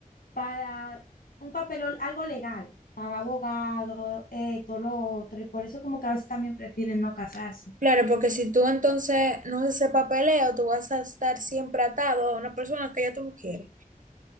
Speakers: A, on the left (about 85°); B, on the right (about 65°).
A: para, un papeleo, algo legal, para abogado, eh, todo lo otro, y por eso como que a veces también prefieren no casarse.
B: Claro, porque si tú entonces no haces ese papeleo, tú vas a estar siempre atado a una persona que ya tú no quieres.